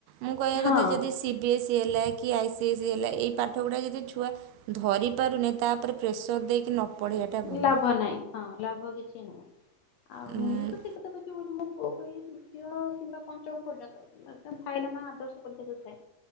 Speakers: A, on the right; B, on the left.
A: ମୁଁ କହିବା
B: ହଁ
A: କଥା ଯଦି ସିପ ବି ଏସ୍ ସି ହେଲା କି ଆଇସିି ଏସ୍ ସି ହେଲା ଏଇ ପାଠ ଗୁଡ଼ା ଯଦି ଛୁଆ ଧରି ପାରୁନି ତା ଓପରେ ପ୍ରେସର ଦେଇକି ନ ପଢ଼େଇବାଟା ଭଲ।
B: ଲାଭ ନାହିଁ ହଁ ଲାଭ କିଛି ନାହିଁ। ଆଉ
A: ହୁଁ
B: ମୁଁ ତ ସେଇ କଥା କହିଚି ବୋଲି ମୋ ପୁଅକୁ ଏଇ ଦ୍ଵିତୀୟ କିମ୍ବା ପଞ୍ଚମ ପର୍ଯ୍ୟନ୍ତ ଥାଏ ନା ନା ଆଦର୍ଶ ପରୀକ୍ଷା ଯୋଉ ଥାଏ